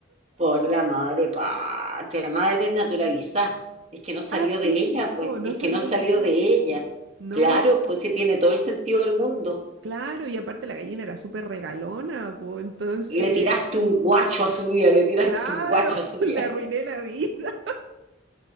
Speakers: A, on the right (about 35°); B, on the right (about 65°).
A: Por la madre patria, madre naturalizada. Es que no salió
B: Así
A: de ella,
B: mismo,
A: pues.
B: no
A: Es
B: salió
A: que no salió
B: de ella,
A: de ella.
B: po. No,
A: Claro, pues sí tiene todo el sentido del mundo.
B: claro, y aparte la gallina era súper regalona, po. Entonces,
A: Le tiraste un guacho a su vida, le tiraste
B: claro,
A: un guacho a su
B: <laughs> le
A: vida.
B: arruiné la vida.